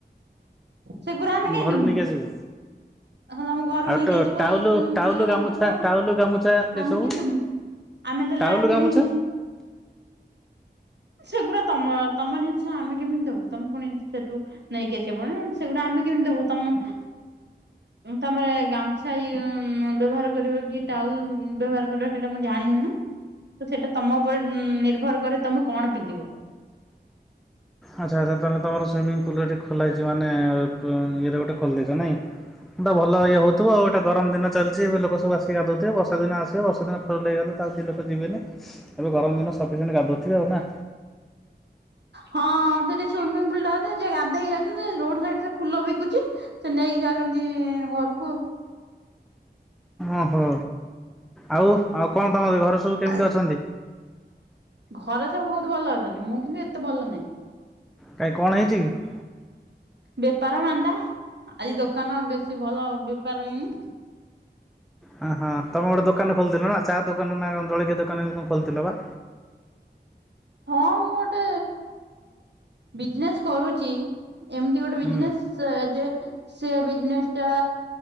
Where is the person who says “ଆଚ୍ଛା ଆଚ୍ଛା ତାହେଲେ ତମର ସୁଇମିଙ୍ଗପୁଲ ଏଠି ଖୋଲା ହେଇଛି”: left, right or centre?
Centre